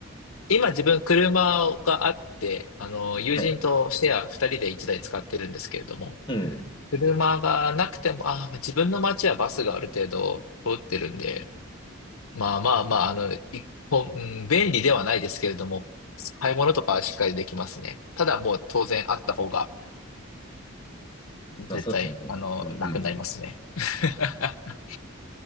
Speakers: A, on the left; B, on the left.
A: 今自分車があって、あの、友人とシェア2人で1台使ってるんですけれども、
B: はい。うん。
A: 車がなくても、あー、自分の街はバスがある程度通ってるんで、まあまあまあ、あの、一本、うん便利ではないですけれども、買い物とかはしっかりできますね。ただもう当然あった方が絶対、
B: まあ、そうですよね、もう本当に。
A: あの、
B: うん。
A: 楽になりますね。<laughs>